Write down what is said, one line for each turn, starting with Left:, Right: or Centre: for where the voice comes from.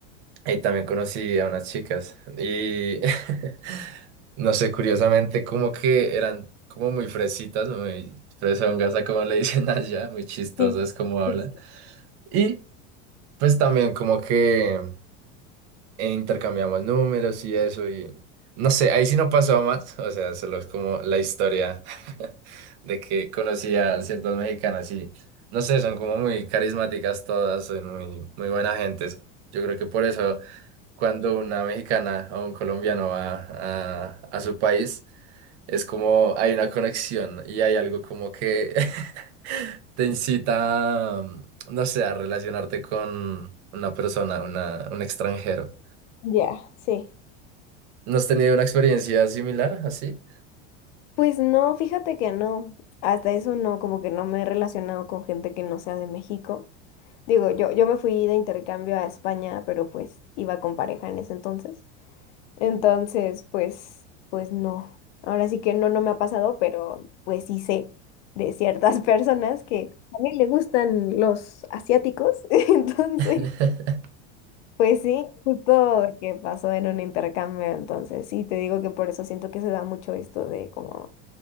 Right: ahí también conocí a unas chicas y <laughs> no sé, curiosamente como que eran como muy fresitas, muy fresongas, a como le dicen allá, muy chistosas
Left: sí,
Right: como hablan.
Left: sí, sí,
Right: y Pues también como que eh, intercambiamos números y eso y no sé, ahí sí no pasó a más, o sea, solo es como la historia <laughs> de que conocí a ciertas mexicanas y no sé, son como muy carismáticas todas, son muy, muy buena gente. Yo creo que por eso cuando una mexicana o un colombiano va a, a su país, es como hay una conexión y hay algo como que <laughs> te incita, mm, no sé, a relacionarte con una persona, una, un extranjero.
Left: ya, sí.
Right: ¿No has tenido una experiencia similar así?
Left: Pues no, fíjate que no, hasta eso no, como que no me he relacionado con gente que no sea de México. Digo, yo, yo me fui de intercambio a España, pero pues iba con pareja en ese entonces. Entonces, pues, pues no. Ahora sí que no, no me ha pasado, pero pues sí sé de ciertas <laughs> personas que también le gustan los asiáticos. <laughs> Entonces,
Right: <laughs>
Left: pues sí, justo que pasó en un intercambio. Entonces, sí, te digo que por eso siento que se da mucho esto de como